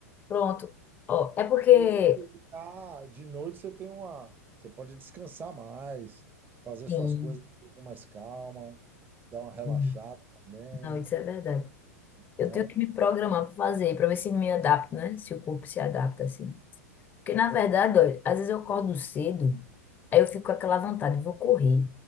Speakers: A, on the left; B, on the right.
A: pronto. Ó, é porque.
B: E se dedicar de noite, você tem uma, você pode descansar mais, fazer
A: Sim,
B: suas coisas com mais calma, dar uma relaxada
A: sim.
B: também,
A: não, isso é verdade. Eu
B: né?
A: tenho que me programar para fazer, para ver se me adapto, né? Se o corpo se adapta assim. Porque, na verdade, olha, às vezes eu acordo cedo, aí eu fico com aquela vontade, vou correr.